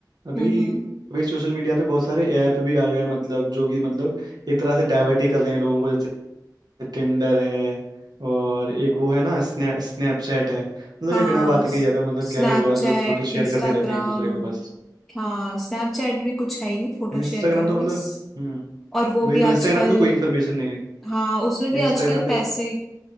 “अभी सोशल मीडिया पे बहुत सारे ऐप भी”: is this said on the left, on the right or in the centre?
Right